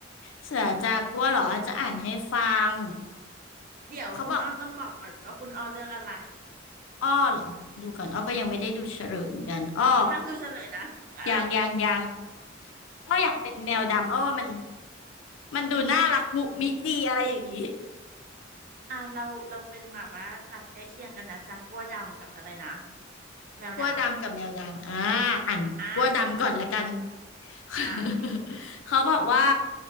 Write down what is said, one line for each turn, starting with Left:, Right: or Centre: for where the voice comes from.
Left: เสือจากัวเหรอจะอ่านให้ฟัง
Right: เดี๋ยวคุณอ้อต้องบอกก่อนว่าคุณอ้อเลือกอะไร
Left: เขาบอกอ้อเหรอดูก่อนอ้อก็ยังไม่ได้ดูเฉลยเหมือนกันอ้อ
Right: ห้ามดูเฉลยนะเออ
Left: ยังยังยังก็อยากเป็นแมวดำเออว่ามันมันดูน่ารักมุมิดีอะไรอย่างนี้
Right: <laughs> อ่ะเราเราเป็นแบบว่าสัตว์ใกล้เคียงกันนะจากกัวดำกับอะไรนะ แมวด
Left: กลัวดำกับแมวดำอ่าอันกลัวดำก่อนละกัน
Right: ำอ่า
Left: <laughs>
Right: อ่าโอเค
Left: เขาบอกว่า